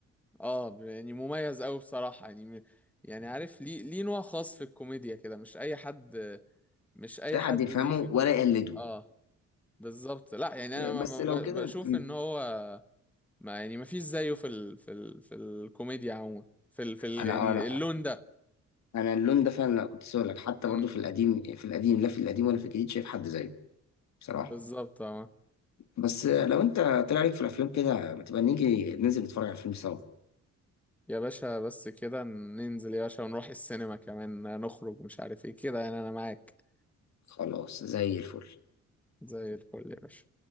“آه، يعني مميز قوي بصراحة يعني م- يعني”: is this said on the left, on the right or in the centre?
Centre